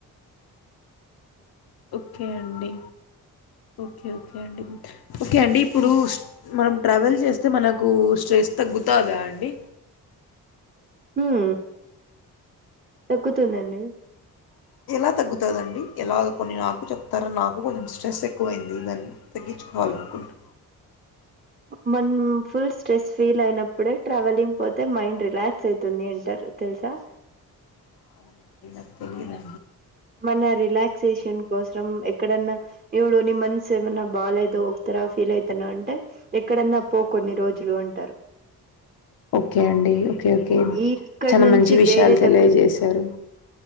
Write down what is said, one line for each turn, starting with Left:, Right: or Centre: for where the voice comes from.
Left: ఓకే అండి ఓకే ఓకే అండి ఓకే అండి ఇప్పుడూ
Right: హ్మ్.
Left: మనం ట్రావెల్ చేస్తే మనకు స్ట్రెస్ తగ్గుతాదా అండి?
Right: హ్మ్ తగ్గుతుందండి.
Left: ఆహా! ఓకే అండి. ఎలా తగ్గుతాదండి ఎలాగ కొన్ని నాకు చెప్తార నాకు కొంచం స్ట్రెస్ ఎక్కువైంది దా తగ్గించుకోవాలినుకుంటున్నాను
Right: మనం ఫుల్ స్ట్రెస్ ఫీల్ అయినప్పుడే ట్రావెలింగ్ పోతే మైండ్ రిలాక్స్ అవుతుంది అంటారు తెలుస ద
Left: అవునండి. నాకు తెలిదండి
Right: మన రిలాక్సేషన్ కోసం ఎక్కడన్నా ఇపుడు ని మనసేమైనా బాగాలేదు తర ఫీల్ అవుతాను అంటే ఎక్కడన్నా పో కొన్ని రోజులు అంటారు
Left: ఓకే అండి ఓకే ఓకే
Right: ఈ ఇక్కడి
Left: చాలా
Right: నుంచి
Left: మంచి విషయాలు
Right: వేరే
Left: తెలియజేశారు
Right: దగ్గరకి